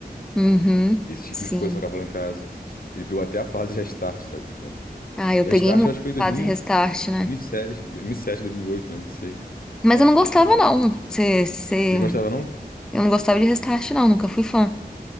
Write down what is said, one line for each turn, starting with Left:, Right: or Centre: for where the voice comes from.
Centre: Uhum.
Left: esse tipo
Centre: Sim.
Left: de coisa que eu tocava lá em casa. Ele pegou até a fase Restart, sabe, tipo...
Centre: Ah, eu
Left: Restart
Centre: peguei muito
Left: eu acho que foi dois
Centre: a fase
Left: dois
Centre: Restart, né?
Left: dois mil e sete, dois mil e sete 2000, 2007, 2007, 2008, né, não sei.
Centre: Mas
Left: Eu
Centre: eu
Left: acho
Centre: não
Left: que
Centre: gostava,
Left: foi por aí.
Centre: não. Cê, cê...
Left: Você gostava, não?
Centre: Eu não gostava de Restart, não, nunca fui fã.